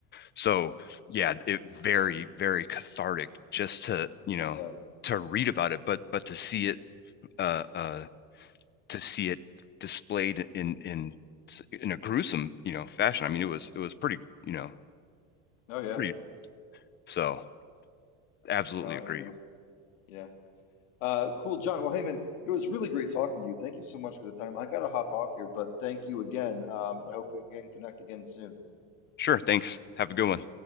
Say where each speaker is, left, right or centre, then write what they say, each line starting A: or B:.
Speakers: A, on the left; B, on the left.
A: so yeah it very very cathartic just to you know
B: yeah,
A: to read about it but but to see it uh uh to see it displayed in in in a gruesome you know fashion. I mean, it was it was pretty you know
B: oh yeah,
A: pretty. So absolutely
B: no, I
A: agree.
B: hear you. Yeah. Uh, cool, John. Well, hey, man, it was really great talking to you. Thank you so much for the time. I got to hop off here, but thank you again. Um, and I hope we can connect again soon.
A: Sure. Thanks. Have a good one.